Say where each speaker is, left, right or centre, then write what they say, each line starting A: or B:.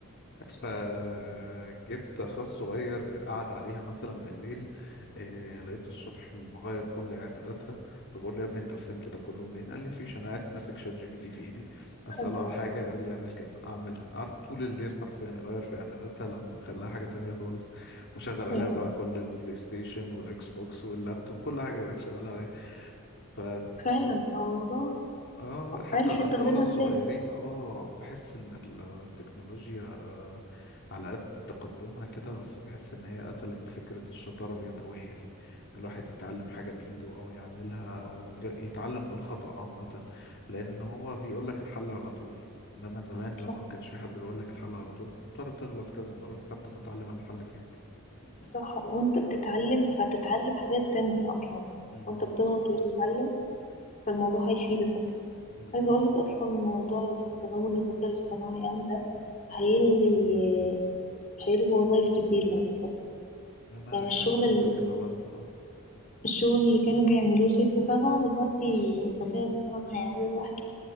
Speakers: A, on the left; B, on the left.
A: فجبت اخويا الصغير قعد عليها مثلا بالليل آه لقيته الصبح مغير كل اعداداتها فبقول له يا ابني انت فهمت ده كله منين قال لي مفيش انا قاعد ماسك شات جي بي تي في ايدي اساله
B: الله
A: على حاجه يقول لي اعمل كذا اعملها قعدت طول الليل حرفيا يغير في اعداداتها لما خلاها حاجه تانية خالص وشغل عليها
B: يا
A: بقى
B: قلبي
A: كل البلاي ستيشن والاكس بوكس واللابتوب كل حاجه بقت شغاله عليها ف
B: فعلا هو الموضوع
A: اه حتى
B: عارف
A: الأطفال
B: يستخدمها
A: الصغيرين
B: ازاي
A: اه بحس إن التكنولوجيا على قد تقدمها كده بس بحس إن هي قتلت فكرة الشطارة اليدوية دي إن الواحد يتعلم حاجة بإيده أو يعملها أو يج- يتعلم بالخطأ عامة لأن هو بيقول لك الحل على طول إنما زمان لما
B: صح
A: ما كانش في حد بيقول لك الحل على طول كنت بتضطر تغلط كذا مرة لحد ما تعلم الحل فين
B: صح وانت بتتعلم فهتتعلم حاجات تانية اصلا
A: مم،
B: وانت بتغلط وتتعلم فالموضوع هيفيدك اصلا
A: بالظبط
B: عايزة اقولك اصلا الموضوع اللي هو تطور الذكاء الاصطناعي اوي ده هيلغي هيلغي وظايف كتير مع الاسف
A: أنا
B: يعني
A: حاسس
B: الشغل اللي
A: بكده برضو اه
B: الشغل اللي كانوا بيعملوه ستة سبعة دلوقتي الذكاء الاصطناعي هيعمله لوحده